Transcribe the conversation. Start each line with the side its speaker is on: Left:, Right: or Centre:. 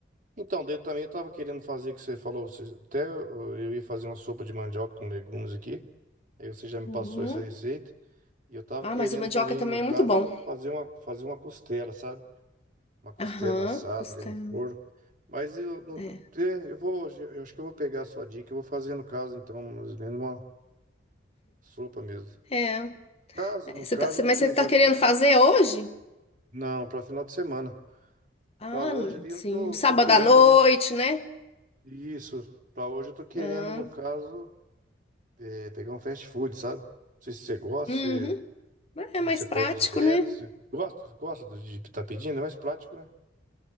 Right: Então, daí eu também estava querendo fazer o que você falou. você- Até eu eu ia fazer uma sopa de mandioca com legumes aqui. Aí você já me
Left: Uhum.
Right: passou essa receita. E eu tava
Left: Ah,
Right: querendo
Left: mas o mandioca
Right: também,
Left: também
Right: no caso,
Left: é muito bom.
Right: fazer uma, fazer uma costela, sabe? Uma costela
Left: Aham,
Right: assada
Left: costela.
Right: ali no forno. Mas eu, não-
Left: É.
Right: é, eu vou, eu acho que eu vou pegar a sua dica e vou fazer no caso, então, mais ou menos uma sopa mesmo.
Left: É.
Right: Caso,
Left: É,
Right: no
Left: Você
Right: caso,
Left: tá- você- mas
Right: o que
Left: você
Right: eu ia
Left: tá
Right: falar,
Left: querendo
Right: com-
Left: fazer hoje?
Right: não, para final de semana.
Left: Ah,
Right: Para hoje
Left: n-
Right: ali,
Left: sim.
Right: eu não tô,
Left: Sábado
Right: tô querendo
Left: à noite,
Right: ali,
Left: né?
Right: isso, para hoje eu tô querendo,
Left: Ah,
Right: no caso, é, pegar um fast food, sabe? Não sei se você gosta,
Left: uhum.
Right: se
Left: É
Right: se
Left: mais
Right: você
Left: prático,
Right: pede direto,
Left: né?
Right: se gosta, gosta de estar pedindo, é mais prático, né?